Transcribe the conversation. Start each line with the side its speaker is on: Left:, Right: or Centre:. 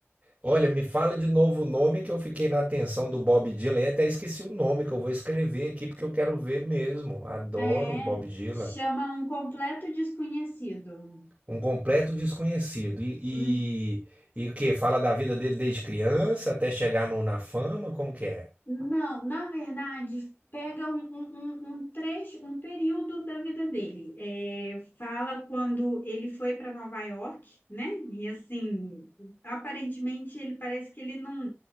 Right: Olha, me fala de novo o nome que eu fiquei na atenção do Bob Dylan e até esqueci o nome que eu vou escrever aqui porque eu quero ver mesmo. Adoro
Left: É,
Right: o Bob Dylan.
Left: chama Um Completo Desconhecido.
Right: Um completo desconhecido. E,
Left: Um
Right: e, e o quê? Fala da vida dele desde criança até chegar no- na fama? Como que é?
Left: Não, na verdade, pega um, um, um- um trecho, um período da vida dele. É, fala quando ele foi para Nova York, né? E assim, aparentemente ele parece que ele não,